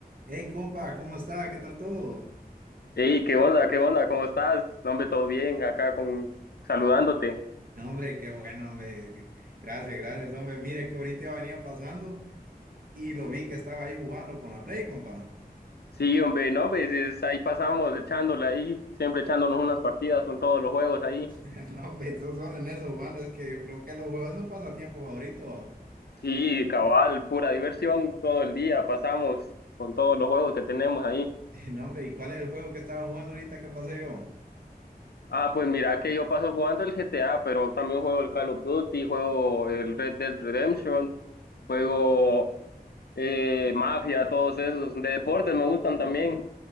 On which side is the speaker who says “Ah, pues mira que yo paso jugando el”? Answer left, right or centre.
Left